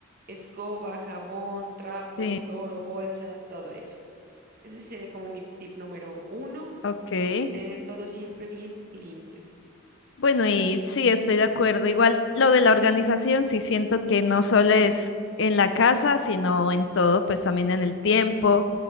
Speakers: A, on the right; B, on the left.
A: Escoba, jabón, trapos,
B: sí,
A: cloro, bolsas, todo eso. Ese sería como mi tip número uno,
B: ok.
A: tener todo siempre bien limpio.
B: Bueno, y sí, estoy de acuerdo. Igual lo de la organización, sí siento que no solo es en la casa, sino en todo, pues también en el tiempo